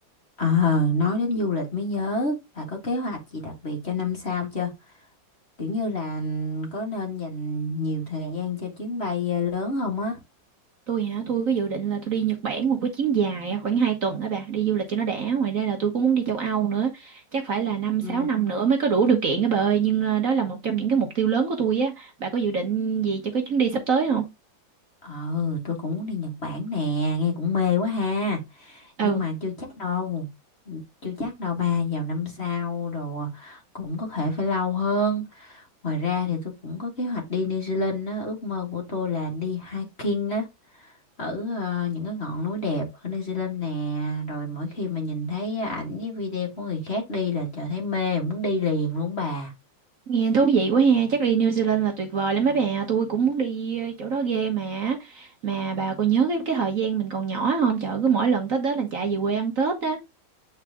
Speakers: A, on the left; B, on the right.
A: Ờ, nói đến du lịch mới nhớ, bà có kế hoạch gì đặc biệt cho năm sau chưa? Kiểu như là có nên dành nhiều thời gian cho chuyến bay ờ, lớn không á?
B: Tôi hả, tôi có dự định là tôi đi Nhật Bản một cái chuyến dài á, khoảng 2 tuần á bà, đi du lịch cho nó đã. Ngoài ra là tôi cũng muốn đi châu Âu nữa, chắc phải là năm
A: Ừ,
B: 6 năm nữa mới có đủ điều kiện á bà ơi, nhưng ờ, đó là một trong những cái mục tiêu lớn của tôi á. Bà có dự định gì cho cái chuyến đi sắp tới không?
A: ờ tôi cũng muốn đi Nhật Bản nè nghe cũng mê quá ha
B: Ừ,
A: nhưng mà chưa chắc đâu chưa chắc đâu ba vào năm sau đồ cũng có thể phải lâu hơn ngoài ra thì tôi cũng có kế hoạch đi New Zealand á ước mơ của tôi là đi hiking á ở ờ, những cái ngọn núi đẹp ở New Zealand nè rồi mỗi khi mà nhìn thấy ảnh với video của người khác đi là trời thấy mê muốn đi liền luôn bà
B: nghe thú vị quá ha, chắc đi New Zealand là tuyệt vời lắm mấy bà, tôi cũng muốn đi ờ, chỗ đó ghê mà. Mà bà có nhớ cái cái thời gian mình còn nhỏ không? Trời cứ mỗi lần Tết đến là chạy về quê ăn Tết á.